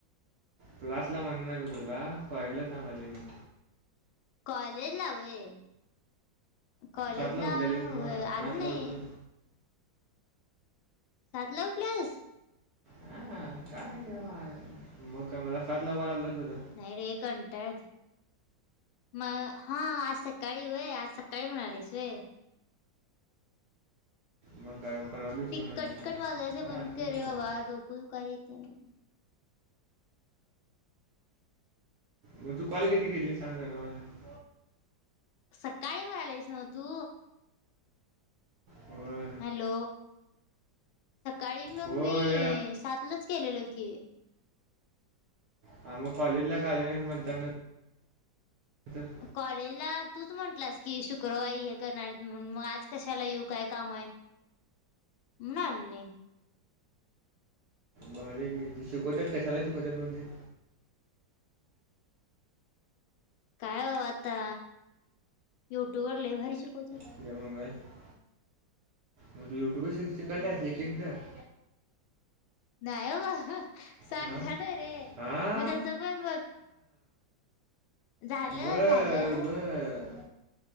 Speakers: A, on the right (about 65°); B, on the left (about 85°).
A: क्लास ला म्हणना मी तुला. कॉलेजला सांगायलोय मी.
B: कॉलेजला व्हय. कॉलेजला
A: सातला उठलेलीस नव्हा
B: व्हय आलो
A: सातला
B: नाही.
A: उठून
B: सातला उठलायस?
A: हां. काय? म काय मला सातला कॉल आलता तुझा?
B: नाही रे. कंटाळा येतोय. म हां आज सकाळी व्हय, आज सकाळी म्हणालीस व्हय.
A: मग काय परवा दिवशी
B: ती
A: म्हणाले
B: कटकट
A: का
B: वाजयच
A: काय
B: बंद
A: असं
B: कर
A: काय
B: रे
A: म्हणाले
B: बाबा, डोक दुखारें इथं
A: म तू कॉल किती केलेस सांग जरा मला
B: सकाळी म्हणालायस नव्ह तू
A: होय
B: हॅलो, सकाळी मग
A: होय
B: मी सातलाच केलेलो की
A: हा म कॉलेज का आली नाहीस, म्हणतान <unintelligible>
B: कॉलेजला तूच म्हंटलास की शुक्रवारी हे करणार येत म्हणून म आज कशाला येऊ काय काम हाय. म्हणून आले नाय.
A: बारी गे शिकवत्यात कशाला शिकवत्यात म ते
B: काय ओ आता युट्यूब वर लय भारी शिकवत्यात.
A: <unintelligible> म तू युट्युबवर शि शिकायल्यास एक एकट
B: नाय बाबा सांगलोय
A: हा
B: रे
A: हा
B: मी तस पण बघ झालं
A: बर
B: झालं.
A: बर